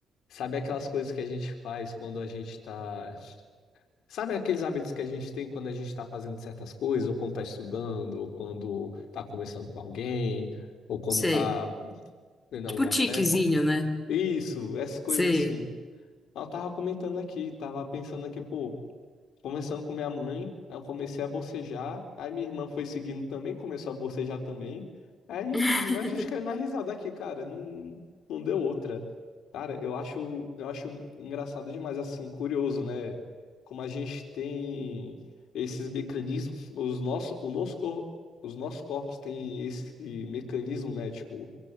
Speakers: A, on the left; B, on the left.
A: Sabe aquelas coisas que a gente faz quando a gente tá... Sabe aqueles hábitos que a gente tem quando a gente tá fazendo certas coisas, ou quando tá estudando, ou quando tá conversando com alguém, ou quando
B: sei.
A: tá vendo
B: Tipo
A: alguma
B: tiquezinho,
A: série?
B: né?
A: Isso, essas coisas
B: Sei.
A: assim. ela tava comentando aqui, tava pensando aqui, pô, começando com minha mãe, aí eu comecei a bocejar, aí minha irmã foi seguindo também, começou a bocejar também, aí
B: <laughs>
A: a gente caiu na risada aqui, cara, não, não deu outra. Cara, eu acho, eu acho engraçado demais, assim, curioso, né? Como a gente tem esses mecanismos, os nossos, o nosso cor- os nossos corpos têm esse mecanismo, né? Tipo,